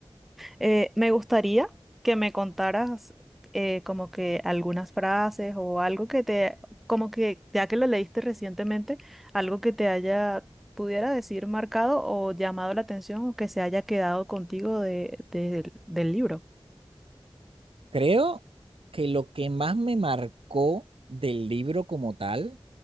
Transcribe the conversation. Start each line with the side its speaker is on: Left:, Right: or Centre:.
Centre: Eh, me gustaría que me contaras eh, como que algunas frases o algo que te, como que ya que lo leíste recientemente, algo que te haya, pudiera decir, marcado o llamado la atención o que se haya quedado contigo de- del del libro.
Right: Creo que lo que más me marcó del libro como tal,